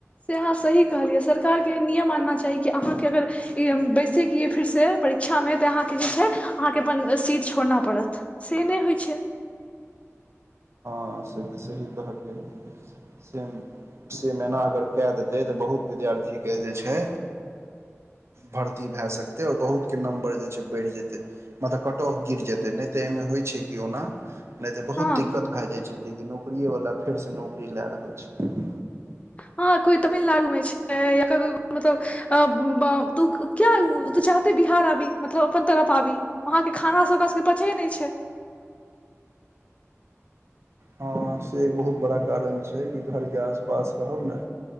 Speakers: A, on the left; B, on the right.
A: से अहाँ सही कहलियै, सरकारके एहन नियम आनना चाही कि अहाँकेँ अगर ई हम बैसैके यए फेरसँ परीक्षामे तऽ अहाँकेँ जे छै अहाँकेँ अपन सीट छोड़ना पड़त से नहि होइ छैय।
B: हँ, से तऽ सही कहलियै सेम से मैना अगर कए देतै तऽ बहुत विद्यार्थी के जे छै भर्ती भए सकतै आओर बहुत के नम्बर जे छै बढ़ि जेतै मतलब कटौह गिर जेतै नहि त एहिमे होइत छै कि ओना। नहि तऽ बहुत
A: हँ
B: दिक्कत भऽ जाइत छै, जेकि नौकरीवला फेरसँ नौकरी लऽ रहल छै।
A: ह कोई तमिलनाडु मे छै या क मतलब अ ब तू क्य तू चाहते बिहार आबी मतलब अपन तरफ आबी। वहाँके खाना सब ओकरा सबके पचे नहि छै।
B: हँ, से एक बहुत बड़ा कारण छै कि घरके आसपास रहब ने